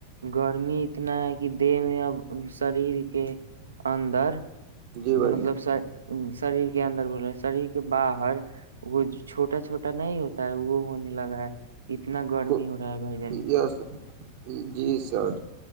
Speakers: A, on the right (about 70°); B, on the right (about 45°).
A: گرمی اتنا ہے کہ دیہ میں اب شریر کے اندر
B: جی بھائی
A: مطلب شریر کے اندر بول رہے شریر کے باہر وہ چھوٹا چھوٹا نہیں ہوتا ہے وہ ہونے لگا ہے اتنا گرمی
B: جان
A: ہو رہا ہے بھائی جاندھر
B: یس جی سر